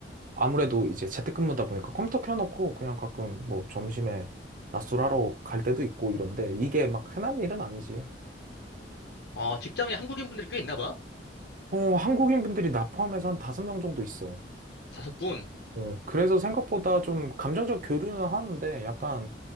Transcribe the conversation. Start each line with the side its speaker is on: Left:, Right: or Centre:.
Right: 아무래도 이제 재택근무다 보니까 컴퓨터 켜놓고, 그냥 가끔 뭐, 점심에 낮술하러 갈 때도 있고 이런데, 이게 막 흔한 일은 아니지.
Left: 어, 직장에 한국인 분들이 꽤 있나 봐.
Right: 어, 한국인 분들이 나 포함해서 한 다섯 명 정도 있어.
Left: 다섯 분.
Right: 어, 그래서 생각보다 좀 감정적 교류는 하는데, 약간,